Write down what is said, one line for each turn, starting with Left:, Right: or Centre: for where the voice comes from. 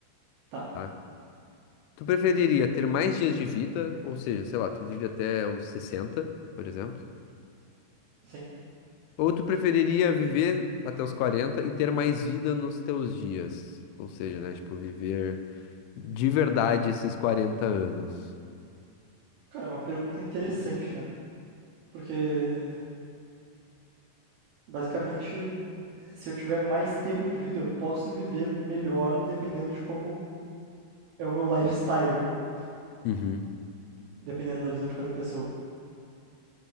Right: Tá,
Left: tá? Tu preferiria ter mais dias de vida, ou seja, sei lá, tu vive até os 60, por exemplo?
Right: sim.
Left: Ou tu preferiria viver até os 40 e ter mais vida nos teus dias? Ou seja, né, tipo, viver de verdade esses 40 anos.
Right: Cara, é uma pergunta interessante, né? Porque, basicamente, se eu tiver mais tempo de vida, eu posso viver melhor dependendo de como é o meu lifestyle, né?
Left: Uhum.
Right: Dependendo da visão de cada pessoa.